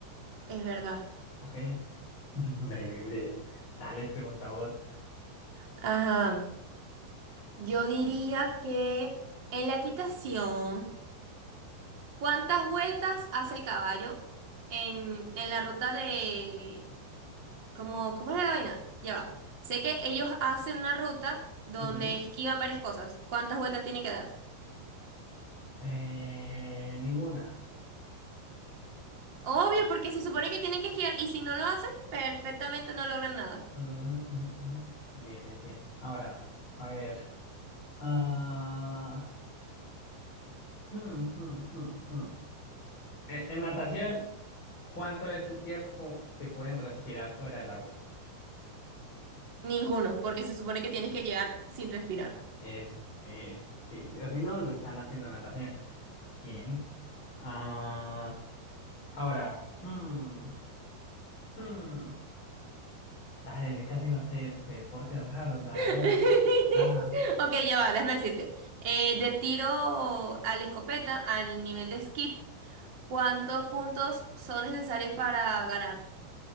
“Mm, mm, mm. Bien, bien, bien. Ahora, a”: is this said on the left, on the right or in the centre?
Left